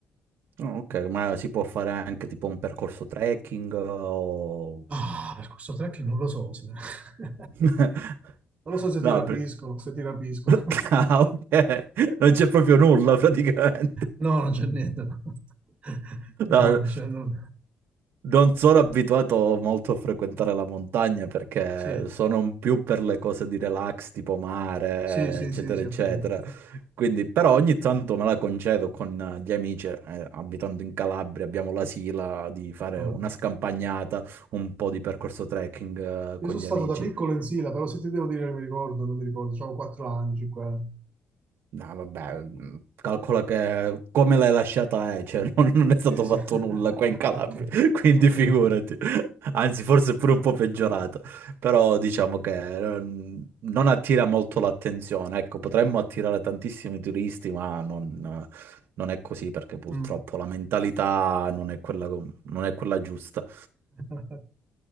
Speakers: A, on the right; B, on the right.
A: Oh, ok, ma si può fare anche tipo un percorso trekking o...
B: Ah, per questo trekking non lo so se... <laughs>
A: <laughs>
B: Non lo so se
A: No,
B: ti rapisco,
A: per-
B: se ti rapisco.
A: <laughs>
B: <laughs>
A: Ah, ok. Non c'è proprio nulla <laughs> praticamente.
B: No, non c'è niente. <laughs> No,
A: No,
B: non c'è... non-
A: non sono abituato molto a frequentare la montagna perché
B: Sì,
A: sono un più per le cose di relax, tipo mare,
B: sì, sì,
A: eccetera,
B: sì, sì,
A: eccetera.
B: ho capito.
A: Quindi, però ogni tanto me la concedo con eh, gli amici, eh, abitando in Calabria, abbiamo la sila di fare
B: Mm.
A: una scampagnata, un po' di percorso trekking, eh,
B: Io
A: con
B: sono
A: gli
B: stato
A: amici.
B: da piccolo in Sila, però se ti devo dire che mi ricordo, non mi ricordo, avevo 4 anni, 5 anni.
A: No, vabbè, mh, calcola che come l'hai lasciata è, cioè <laughs> non, non è stato
B: Sì, sì.
A: fatto nulla
B: <laughs>
A: qua in Calabria,
B: Ok,
A: <laughs> quindi
B: ok,
A: figurati.
B: ok.
A: Anzi, forse è pure un po' peggiorata, però diciamo che eh, non attira molto l'attenzione. Ecco, potremmo attirare tantissimi turisti, ma non, non è così perché purtroppo
B: Mm.
A: la mentalità non è quella, non è quella giusta.
B: <laughs>